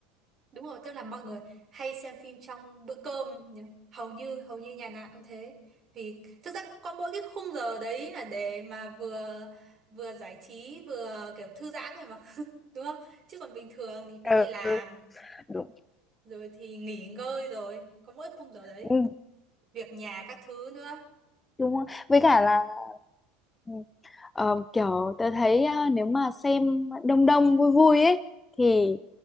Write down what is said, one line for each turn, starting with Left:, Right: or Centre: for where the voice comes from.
Right: đúng rồi tức là mọi người hay xem phim trong bữa cơm nhỉ? hầu như hầu như nhà nào cũng thế vì thực ra cũng có mỗi cái khung giờ đấy là để mà vừa vừa giải trí vừa kiểu thư giãn thôi mà <laughs> đúng không chứ còn bình thường thì phải
Left: Ờ,
Right: đi làm
Left: ừ đúng
Right: rồi thì nghỉ ngơi rồi có mỗi khung giờ đấy
Left: ừ,
Right: việc nhà các thứ nữa
Left: đúng với cả là ừ, ờ, kiểu tớ thấy ờ, nếu mà xem đông đông vui vui ấy thì